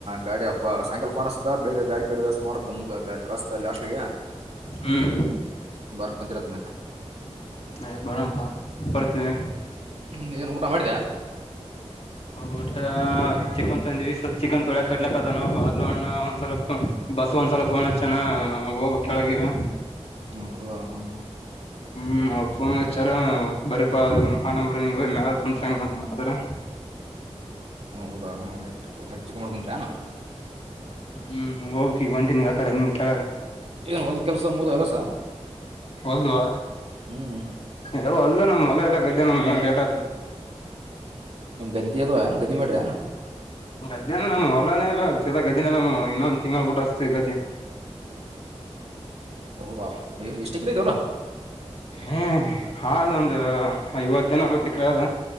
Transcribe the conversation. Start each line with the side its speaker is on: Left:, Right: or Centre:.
Right: ಗಾಡಿಯ ಸಾಯಂಕಲ್ ಫೋನ್ ಬೆಳಿಗ್ಗೆ ಗಾಡಿಪೇಡೆ ವ್ಯವಸ್ಥ ಮಾಡ ಮುಗ ಕತಾಷ್ಟಟ್ಿಗೆ
Left: ಹ್ಮ್
Right: ಬಾರಪ್ಪ ಮದ.
Left: ಅ ಬರಪ್ಪಾ ಬರ್ತೀವಿ.
Right: ಹ್ಮ್ ಏನ್ ಊಟ ಮಾಡ್ಯ.
Left: ಊಟ ಚಿಕನ್ ತಂದಿವವಿ ಸ್ವಲ್ ಚಿಕನ್ ತೊಳಕ್ ಕಟ್ಲಕ್ದಾನ ಹಲ್ಲುಣ್ಣ ಒಂದ್ ಸ್ವಲ್ಪ ಬಸ್ ಒಂದ್ಸಲ ಫೋನ್ ಹಚ್ಚನಾ ಹೋಗ ಕೆಳಗಿಗ.
Right: ಹ್ಮ್,
Left: ಹ್ಮ್ ಅವ ಫೋನ್ ಹಚ್ಚಾರ ಬರಪ ಆಡಂಬ್ರ ನೀವ ಮ್ಯ ಕುಂತ್ಂಗಂತ ಮಾಡತಾರ.
Right: ಹೌದಾಲ್ಲ ಹೆಚ್ಚುಕ ಮಾಡ್ಕಂತ್ ಅನ.
Left: ಹ್ಮ್ ಹೋಗಿ ಈಗ ಒಂಟಿನಗ ಆಕಡೆ ಹಂಗಗೆ ಕೆಳಗ.
Right: ಏನ್ ಒಲ್ ಕೆಲ್ಸ ಮುದ ಎಲ್ಲಸ.
Left: ಹೊಲ್ದುವ.
Right: ಹ್ಞೂ
Left: ಹವು ಅಲ್ದು ನಮ್ ಮಲ ಎಲ್ಲ ಇದ ನಮ್ ಬೇಟದ್ದು.
Right: ಗದ್ದಿಯದ ಹ ಗದ್ದಿ ಮಡಿರೇನು.
Left: ಗದ್ದೆನ ನಮ್ ಹೊಲನಲ್ಲ ಸೀತ ಗದ್ದೆ ನಮ್ ಇನ್ನೊಂದು ತಿಂಗ್ಳಬ ಬಿಟ್ಟ ಅಸ್ತ ಗದ್ದೆ.
Right: ಹೌದ ಎಸ್ಟ್ ಎಕ್ರೆ ಅದೀ ಒಲ.
Left: ಹ್ಮ್ ಹದು ಒಂದು ಐವತ್ತಿನ ಅರವತ್ತ ಎಕರೆ ಆದ.